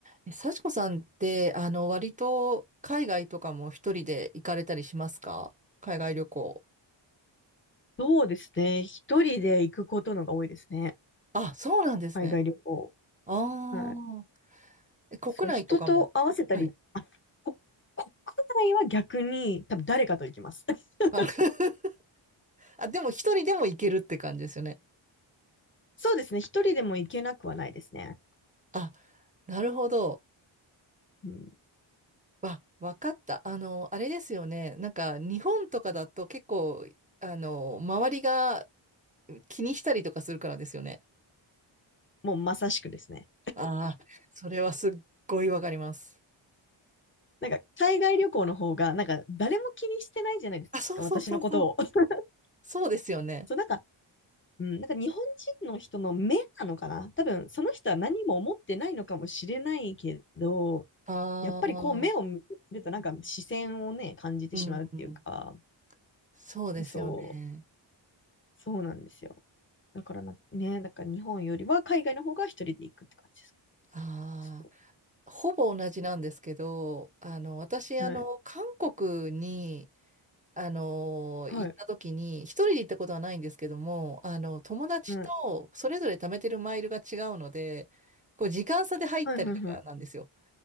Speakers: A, on the right (about 15°); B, on the left (about 25°).
A: え幸子さんって、あの、割と海外とかも一人で行かれたりしますか海外旅行。
B: そうですね。一人で行くことのが多いですね。
A: あ、そうなんですね。
B: 海外旅行。
A: ああ、
B: はい。
A: え国内とかも。
B: そう、人と合わせたり、
A: はい。
B: あ、こ国内は逆に多分誰かと行きます。<laughs>
A: あ、<laughs> あでも一人でも行けるって感じですよね。
B: そうですね。一人でも行けなくはないですね。
A: あ、なるほど。
B: うん、
A: わ、わかった。あの、あれですよね。なんか、日本とかだと結構、あの、周りが気にしたりとかするからですよね。
B: もうまさしくですね。
A: ああ、それはすっごいわかります。
B: なんか海外旅行の方が、なんか誰も気にしてないじゃないですか、
A: あ、そうそうそうそう。
B: 私のことを。<laughs>
A: そうですよね。
B: そう、なんか、うん、なんか日本人の人の目なのかな多分その人は何も思ってないのかもしれないけど、
A: ああ、
B: やっぱりこう目を向けてるとなんか視線をね、感じてしまうっていうか、
A: うん、うんそうですよね。
B: そう、そうなんですよ。だからな、ね、だから日本よりは海外の方が一人で行くって感じです。
A: あ
B: そう
A: あ、ほぼ同じなんですけど、
B: そ
A: あの、私、あの、
B: う。はい。
A: 韓国に、あの、
B: はい。
A: 行った時に、一人で行ったことはないんですけども、あの、友達とそれぞれ貯めてるマイルが違うので、
B: はい。
A: こう、時間差で入ったりとかなんですよ。
B: はい。はい。はい。